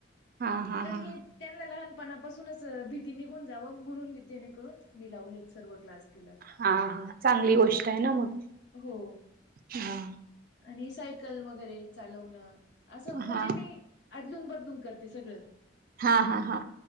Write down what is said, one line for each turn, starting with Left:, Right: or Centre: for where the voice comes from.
Right: हा हा
Left: तर
Right: हा
Left: हे. त्यांनला लहानपणापासूनच भीती निघून जावं, म्हणून जेणेकरून मी लावल, एक सर्व क्लास. तिला
Right: हा हा, चांगली गोष्ट आहे ना मग,,
Left: हो
Right: हा.
Left: आणि, सायकल वगैरे चालवणं. असं, म्हणजे
Right: हा
Left: मी अदलून, बदलून करते सगळं,,
Right: हा
Left: नेहमी.
Right: हा हा